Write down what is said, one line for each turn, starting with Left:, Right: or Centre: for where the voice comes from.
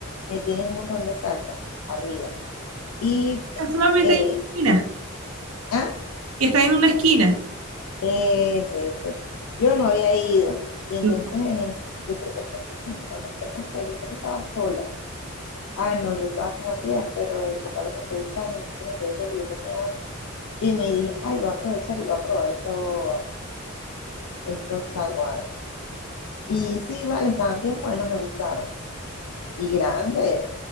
Left: Que tiene un montón de salsa arriba. Y,
Right: Solamente
Left: eh,
Right: hay una
Left: eh,
Right: esquina,
Left: ah,
Right: que están en una esquina.
Left: Ese, ese. Yo no había ido. Y entonces,
Right: Yo,
Left: este, yo creo que fue diciendo, ¿cuándo fue? No sé, yo sé que estaba sola. Ah, no, yo estaba con Matías pero el papá lo pasó buscando, entonces me quedé sola, yo tenía hambre. Y me dije, ay, voy a aprovechar y voy a probar estos estos chaguarmas. Y sí, vale, estaban bien buenos, me gustaron. Y grandes.